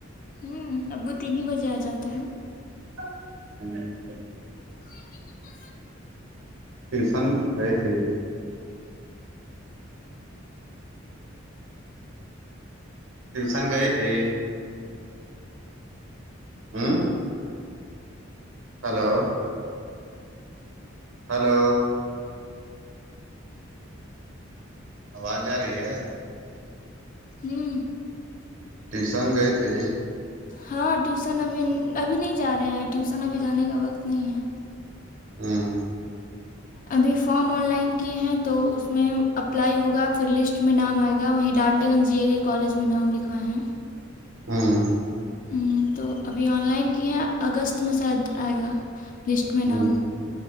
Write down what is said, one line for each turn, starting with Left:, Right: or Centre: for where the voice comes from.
Left: ہوں ابو تین ہی بجے آ جاتے ہیں
Right: ہ <inaudible>
Left: <inaudible>
Right: ٹیوشن گئی تھی ٹیوشن گئے تھے ہ ہلو ہلو آواز جا رہی ہے
Left: ہوں
Right: ٹیشن گئے تھے
Left: ہاں ٹیوسن ابھی ابھی نہیں جا رہے ہیں ٹیوسن ابھی جانے کا وقت نہیں ہے
Right: ہاں
Left: ابھی فارم آن لائن کی ہیں تو اس میں اپلائی ہوگا پھر لسٹ میں نام آئے گا وہیں ڈالٹے گنج جی اے کے کالج میں نام لکھوائے ہیں
Right: ہاں
Left: ہ تو ابھی آن لائن کی ہے اگست میں شاید آئے گا لسٹ میں نام
Right: ہ